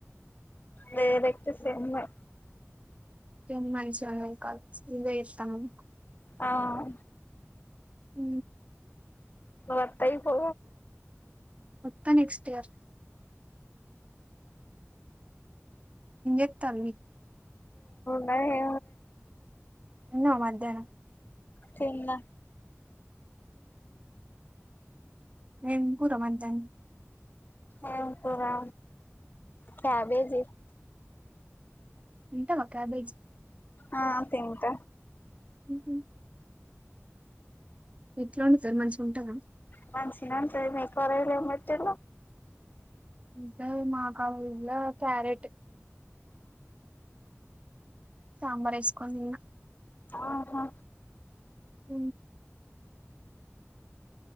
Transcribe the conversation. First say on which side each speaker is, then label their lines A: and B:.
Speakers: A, on the left; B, on the right.
A: లేదతే సమ్న్నా
B: టెన్ మంత్స్ ఉన్నాయి కాల స్వే ఇస్తాము
A: అవు
B: హ
A: ను అత్తాయిపో
B: మొత్త నెక్స్ట్ ఇయర్ ఎత్తాం
A: మ ఎే
B: ఉన్న మధ్యాహ్నం
A: చిన్న
B: ఏ పూర మనదాం
A: ఎ పరా కబేజ
B: ఉంటావా క్యాబేజీ
A: ఆ తింట
B: ఉహు ఎట్లా ఉండి సార్ మంచిగా ఉంటంద
A: మసినంతే మేరలేమటి
B: ఇ మా కావలుల కరెట్ సాంబార్ వేసుకోని
A: ఆహా
B: అ